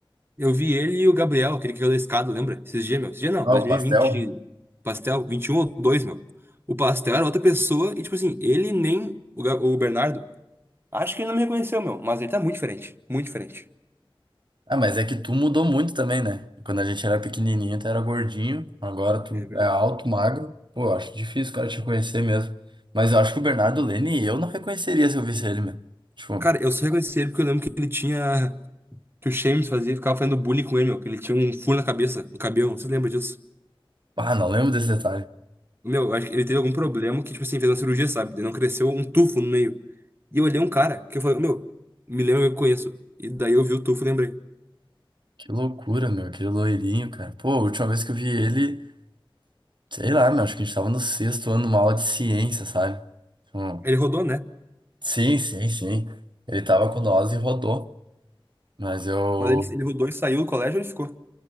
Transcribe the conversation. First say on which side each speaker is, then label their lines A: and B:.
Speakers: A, on the right; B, on the right.
A: Eu vi ele e o Gabriel, aquele que caiu da escada, lembra? Esses dias, meu. Esses dias não,
B: Ah,
A: 2020,
B: o pastel.
A: pastel, 21 ou 2, meu. O pastel era outra pessoa e, tipo assim, ele nem o, Ga- o Bernardo. Acho que ele não me reconheceu, meu, mas ele tá muito diferente. Muito diferente.
B: Ah, mas é que tu mudou muito também, né? Quando a gente era pequenininho, tu era gordinho, agora tu
A: É verdade.
B: é alto, magro. Pô, eu acho difícil o cara te reconhecer mesmo. Mas eu acho que o Bernardo Lene, eu não reconheceria se eu visse ele, mesmo Tipo,
A: Cara, eu só reconheci ele porque eu lembro que ele tinha. Que o Shames fazia, ficava fazendo bullying com ele, meu. Que ele tinha um furo na cabeça, no cabelo. Você lembra disso?
B: ah, não lembro desse detalhe.
A: Meu, eu acho que ele teve algum problema que, tipo assim, fez uma cirurgia, sabe? Ele não cresceu um tufo no meio. E eu olhei um cara que eu falei, meu, me lembra que eu conheço. E daí eu vi o tufo e lembrei.
B: Que loucura, meu, aquele loirinho, cara. Pô, a última vez que eu vi ele. Sei lá, meu, acho que a gente tava no sexto ano, uma aula de ciência, sabe? Tipo,
A: Ele rodou, né?
B: sim, sim, sim. Ele tava com nós e rodou. Mas eu.
A: Mas ele, ele rodou e saiu do colégio e ficou.